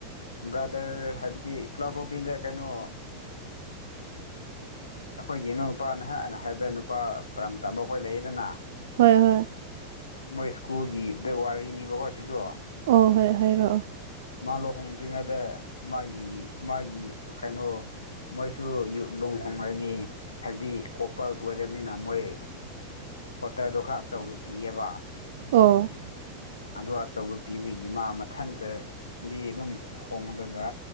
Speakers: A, on the left (about 75°); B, on the right (about 55°).
A: ꯕ꯭ꯔꯥꯗꯔ ꯍꯥꯏꯕꯗꯤ ꯀ꯭ꯂꯕ ꯑꯣꯐ ꯏꯟꯗꯤꯌꯥ ꯀꯩꯅꯣ ꯑꯩꯈꯣꯏꯒꯤ ꯏꯅꯥꯎ ꯅꯨꯄꯥ ꯅꯍꯅ ꯍꯥꯏꯕ ꯅꯨꯄꯥ ꯄꯔꯝ ꯇꯝꯕ ꯑꯩꯈꯣꯏ ꯂꯩꯌꯦꯗꯅ
B: ꯍꯣꯏ ꯍꯣꯏ
A: ꯃꯣꯏ ꯏꯁ꯭ꯀꯨꯜꯒꯤ ꯋꯥꯔꯤꯅꯦꯕꯀꯣ ꯁꯤꯁꯨ
B: ꯑꯣ ꯍꯣꯏ ꯍꯥꯏꯔꯛꯑꯣ
A: ꯃꯥ ꯂꯨꯍꯣꯡꯗ꯭ꯔꯤꯉꯩꯗ ꯃꯥꯒꯤ ꯃꯥꯒꯤ ꯀꯩꯅꯣ ꯃꯣꯏꯁꯨ ꯂꯣꯡ ꯍꯣꯡꯂꯅꯤ ꯍꯥꯏꯕꯗꯤ ꯀꯣꯄꯜꯁꯨ ꯑꯣꯏꯔꯕꯅꯤꯅ ꯃꯣꯏ ꯄꯣꯇꯔꯗꯣ ꯈꯔ ꯑꯆꯧꯕ ꯄꯤꯌꯦꯕ
B: ꯑꯣ
A: ꯑꯗꯨ ꯑꯆꯧꯕ ꯄꯤꯕꯒꯤ ꯃꯥ ꯃꯊꯟꯇ ꯗꯤ ꯑꯗꯨꯝ ꯍꯣꯡꯗꯒ